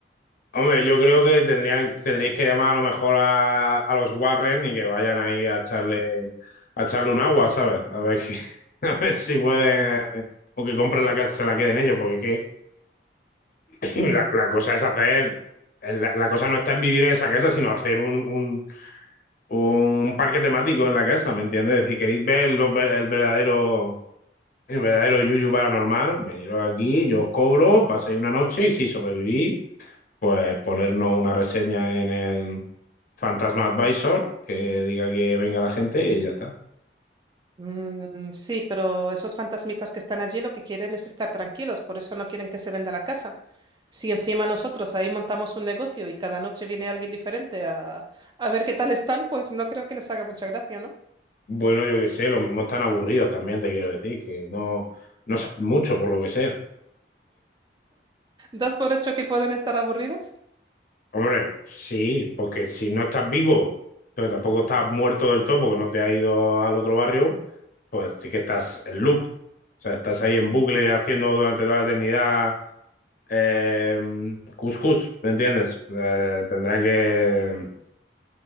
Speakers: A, on the left (about 50°); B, on the right (about 25°).
A: Hombre, yo creo que tendrían, tendréis que llamar a lo mejor a, a los Warren y que vayan ahí a echarle, a echarle un agua, ¿sabes? A ver, que- <laughs> a ver si pueden. O que compren la casa, se la queden ellos, porque es que La, la cosa es hacer, la, la cosa no está en vivir en esa casa, sino hacer un, un, un parque temático en la casa, ¿me entiendes? Es decir queréis ver los ver- el verdadero, el verdadero yuyu paranormal, veniros aquí, yo os cobro, paséis una noche y si sobrevivís, pues ponernos una reseña en el Fantasma Advisor que diga que venga la gente y ya está.
B: Mm, sí, pero esos fantasmitas que están allí lo que quieren es estar tranquilos, por eso no quieren que se venda la casa. Si encima nosotros ahí montamos un negocio y cada noche viene alguien diferente a, a ver qué tal están, pues no creo que les haga mucha gracia, ¿no?
A: Bueno, yo qué sé, lo mismo están aburridos también, te quiero decir, que no, no saben mucho por lo que sea.
B: ¿Das por hecho que pueden estar aburridos?
A: Hombre, sí, porque si no estás vivo, pero tampoco estás muerto del todo porque no te has ido al otro barrio, pues sí que estás en loop. O sea, estás ahí en bucle haciendo durante toda la eternidad eh, cuscús, ¿me entiendes? Eh, tendrán que,